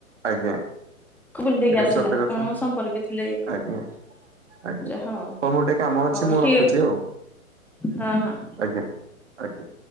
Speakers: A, on the right; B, in the centre.
A: ଆଜ୍ଞା
B: ବୁଲି ଦେଇକି
A: ଏଇଟା
B: ଆସିଲା
A: ବି ସତ କଥା
B: କଣ ସମ୍ପର୍କୀୟ ଥିଲେ ଇଏ
A: ଆଜ୍ଞା। ଆଜ୍ଞା
B: ଯାହା
A: ହ
B: ଆଉ
A: ଉ ମୋର ଟିକେ କାମ ଅଛି
B: ହଉ
A: ମୁଁ
B: ଠିକ
A: ରଖୁଛି ଆଉ।
B: ହଁ ହଁ।
A: ଆଜ୍ଞା ଆଜ୍ଞା।